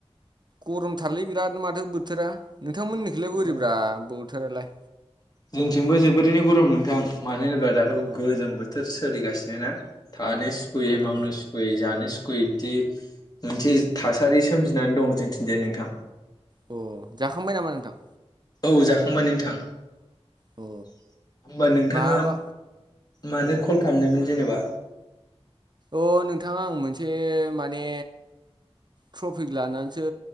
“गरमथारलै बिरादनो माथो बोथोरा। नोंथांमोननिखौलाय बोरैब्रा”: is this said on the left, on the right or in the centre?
Right